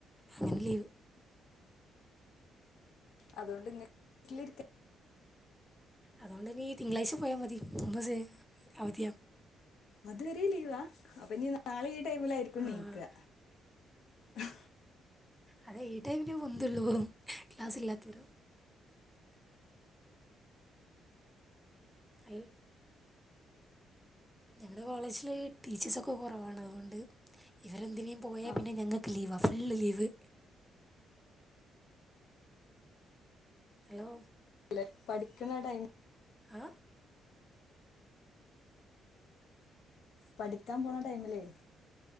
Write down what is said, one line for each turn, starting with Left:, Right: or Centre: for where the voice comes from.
Centre: അങ്ങനെ ലീവ്
Left: അതുകൊണ്ട് ഇങ്ങ് വീട്ടിലിരിക്കാം
Centre: അതുകൊണ്ട് ഇനി തിങ്കളാഴ്ച പോയാൽ മതി മൂന്ന് ദിവസമായി അവധിയ
Left: അതുവരെ ലീവാ അപ്പൊ ഇനീ നാളെ ഈ ടൈമിലായിരിക്കും
Centre: അവധിയാണ്
Left: എണീക്കുക ഹ്
Centre: അതെ ഈ ടൈമിനെ പൊന്തുള്ളു ക്ലാസ്സ് ഇല്ലാത്തരും അയ് ഞങ്ങളുടെ കോളേജില് ടീച്ചേഴ്സൊക്കെ കൊറവാണ് അതുകൊണ്ട് അവരെന്തിനെ പോയാൽ
Left: ആ
Centre: പിന്നെ ഞങ്ങക്ക് ലീവാ ലീവ് ഹലോ
Left: അല്ലെ പഠിക്കുന്ന ടൈമ
Centre: ഹ
Left: പഠിക്കാൻ പോണ ടൈമിലേ